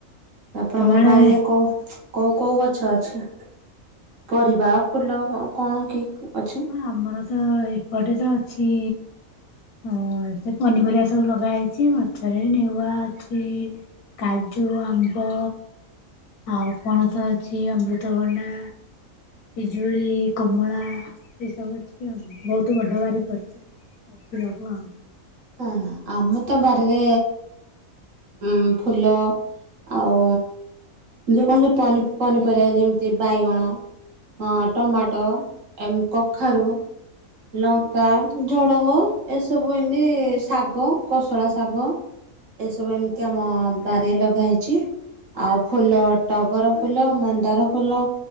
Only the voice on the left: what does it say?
ତମ ଆଡ଼େ
ହଁ ଆମର ତ ଏପଟେ ତ ଅଛି। ହଁ ସେ ପନିପରିବା ସବୁ ଲଗା ହେଇଛି। ମଛରେ ନେଉଆ ଅଛି। କାଜୁ, ଆମ୍ବ ଆଉ ପଣସ ଅଛି ଅମୃତଭଣ୍ଡା ପିଜୁଳି, କମଳା ଏସବୁ ଅଛି ଆଉ ବହୁତ ବଡ ବାରି କରିଛି। ଅଛି ଲକୁୁ ଆଉ।